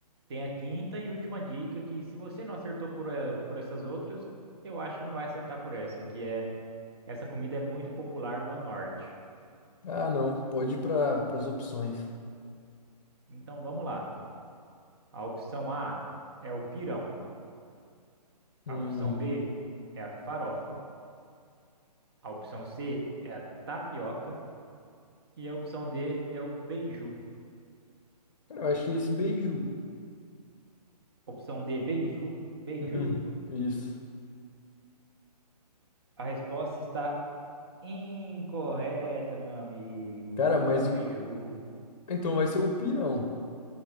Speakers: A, on the right; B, on the left.
A: Tem a quinta e última dica, que se você não acertou por, eh, por essas outras, eu acho que não vai acertar por essa, que é, essa comida é muito popular no norte.
B: Ah, não. Pode ir para as opções.
A: Então vamos lá. A opção A é o pirão.
B: Hum,
A: A opção B é a farofa. A opção C é a tapioca. E a opção D é o beiju.
B: cara, eu achei esse beiju.
A: Opção D, beiju? Beiju?
B: Uhum, isso.
A: A resposta está Incorreta, meu amigo.
B: Cara,
A: Não
B: mas
A: é o
B: e-
A: beiju.
B: então vai ser o pirão.